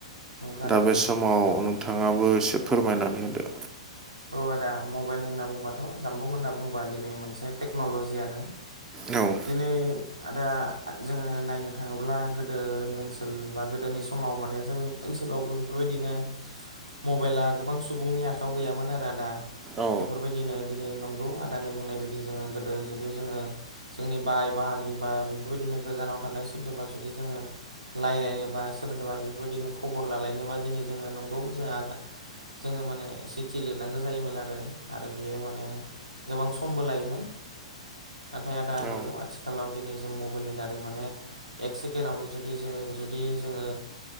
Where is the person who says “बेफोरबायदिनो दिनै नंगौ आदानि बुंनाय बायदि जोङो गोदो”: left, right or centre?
Right